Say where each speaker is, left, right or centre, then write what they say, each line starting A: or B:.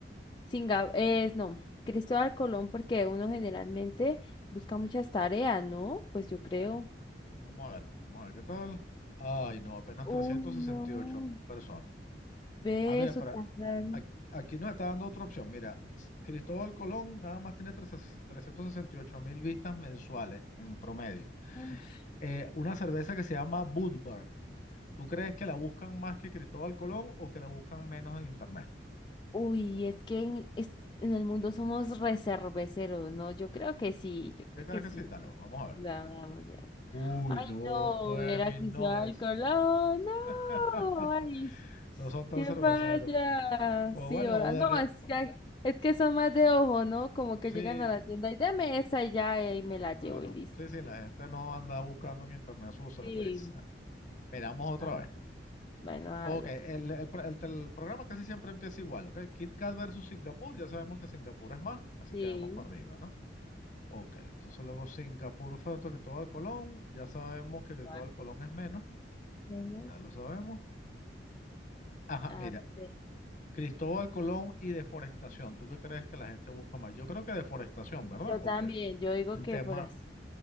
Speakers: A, on the left (about 25°); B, on the left (about 45°).
A: Singa, es no, Cristóbal Colón, porque uno generalmente busca muchas tareas, ¿no? Pues yo creo.
B: Bueno, vamos a ver, pues vamos a ver qué tal. Ay, no, apenas trescientas
A: Uy,
B: sesenta
A: no.
B: y ocho personas.
A: Ve
B: Ah, mira,
A: eso
B: para,
A: tan raro.
B: Ac- Aquí nos está dando otra opción. Mira, s- Cristóbal Colón nada más tiene trescientos sesenta y ocho mil vistas mensuales en promedio.
A: Ush.
B: Eh, una cerveza que se llama Budvar. ¿Tú crees que la buscan más que Cristóbal Colón o que la buscan menos en internet?
A: Uy, es que en, es- en el mundo somos reserveceros, ¿no? Yo creo que sí, yo creo
B: ¿Qué crees
A: que sí.
B: que sí? Dale, vamos a ver.
A: La vamos a ver.
B: Uy,
A: Ay,
B: no,
A: no,
B: 9.900.
A: era Cristóbal Colón,
B: <laughs>
A: no, ay.
B: No son tan
A: Que
B: cerveceros.
A: vaya.
B: O
A: Sí,
B: bueno,
A: ahora.
B: o de
A: No,
B: re...
A: es que hay- es que son más de ojo, ¿no? Como que
B: Sí,
A: llegan a la tienda y dame esa y ya, y ahí me la llevo
B: claro.
A: y listo.
B: Sí, sí, la gente no anda buscando en internet su cerveza.
A: Sí,
B: <laughs> Miramos otra
A: ah,
B: vez.
A: Bueno, a
B: Ok,
A: ver,
B: el, el pro- el tel- programa casi siempre empieza igual, ¿ok? Kit Kat versus Singapur, ya sabemos que Singapur es más, así
A: sí.
B: que vamos para arriba, ¿no? Ok, entonces luego Singapur fue otro Cristóbal Colón, ya sabemos que Cristóbal
A: Ah,
B: Colón es menos,
A: menos.
B: ya lo sabemos. Ajá,
A: A
B: mira,
A: ver.
B: Cristóbal Colón y deforestación, ¿tú qué crees que la gente busca más? Yo creo que deforestación, ¿verdad?
A: Yo
B: Porque
A: también, yo digo
B: el
A: que
B: tema,
A: por eso.